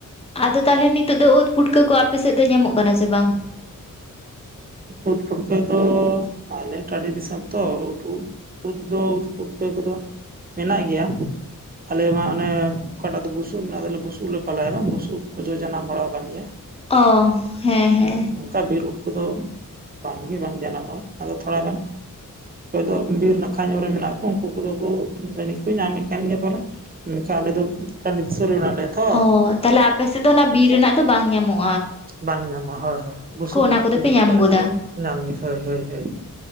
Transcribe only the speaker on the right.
ᱩᱫᱽ ᱯᱩᱴᱠᱟᱹ ᱫᱚ ᱟᱞᱮ ᱴᱟᱺᱰᱤ ᱫᱤᱥᱚᱢ ᱛᱚ ᱩᱫᱽ ᱩᱫ ᱫᱚ ᱩᱫ ᱯᱩᱴᱠᱟᱹ ᱠᱚᱫᱚ ᱢᱮᱱᱟᱜ ᱜᱮᱭᱟ᱾ ᱟᱞᱮ ᱢᱟ ᱚᱱᱮ ᱚᱠᱟᱴᱟᱜ ᱫᱚ ᱵᱩᱥᱩᱵ ᱢᱮᱱᱟᱜ-ᱟ ᱟᱫᱚᱞᱮ ᱵᱩᱥᱩᱵ ᱞᱮ ᱯᱟᱞᱚᱭᱟ ᱵᱟᱝ᱾ ᱵᱩᱥᱩᱵ ᱩᱫᱽ ᱠᱚᱫᱚ ᱡᱟᱱᱟᱢ ᱵᱟᱲᱟ ᱟᱠᱟᱱ ᱜᱮᱭᱟ
ᱦᱩᱸ ᱚᱱᱠᱟ ᱵᱤᱨ ᱩᱫᱽ ᱠᱚᱫᱚ ᱵᱟᱝᱜᱮ ᱵᱟᱝ ᱡᱟᱱᱟᱢᱚᱜᱼᱟ᱾ ᱟᱫᱚ ᱛᱷᱚᱲᱟᱜᱟᱱ ᱚᱠᱚᱭ ᱫᱚ ᱵᱤᱨ ᱱᱟᱠᱷᱟ ᱧᱚᱜ ᱨᱮ ᱢᱮᱱᱟᱜ ᱠᱚᱣᱟ, ᱩᱱᱠᱩ ᱠᱚᱫᱚ ᱠᱚ ᱡᱟᱹᱱᱤᱡ ᱠᱚ ᱧᱟᱢᱮᱫ ᱠᱟᱱ ᱜᱮᱭᱟ ᱯᱟᱞᱮᱱ᱾ ᱢᱮᱱᱠᱷᱟᱱ ᱟᱞᱮ ᱫᱚ ᱴᱟᱸᱰᱤ ᱫᱤᱥᱚᱢ ᱨᱮ ᱢᱮᱱᱟᱜ ᱞᱮᱭᱟ᱾ ᱛᱚ
ᱵᱟᱝ ᱧᱟᱢᱚᱜᱼᱟ ᱦᱳᱭ ᱦᱳᱭ᱾ ᱵᱩᱥᱩᱵ
ᱩᱫᱽ
ᱠᱚ ᱧᱟᱢ ᱜᱮ ᱦᱳᱭ ᱦᱳᱭ ᱦᱳᱭ᱾